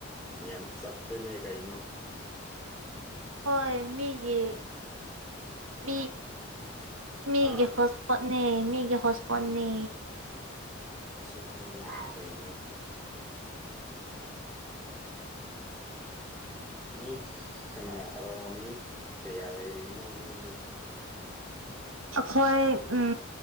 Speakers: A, in the centre; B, on the right (about 85°).
A: ꯌꯥꯝ ꯆꯠꯄꯅꯦ ꯀꯩꯅꯣ
B: ꯍꯣꯏ ꯃꯤꯒꯤ ꯃꯤ ꯃꯤꯒꯤ
A: ꯍꯥ
B: ꯍꯣꯁ ꯍꯣ ꯄꯣꯠꯅꯤ ꯃꯤꯒꯤ ꯍꯣꯁꯄꯣꯠꯅꯤ
A: ꯑꯩꯁꯨꯅ ꯀꯥꯏꯅ <inaudible> ꯎ ꯃꯤ ꯀꯅꯥ ꯃꯤ ꯀꯌꯥ ꯂꯩꯔꯤꯅꯣ ꯅꯣꯏꯒꯤ
B: ꯑꯩꯈꯣꯏ ꯎꯝ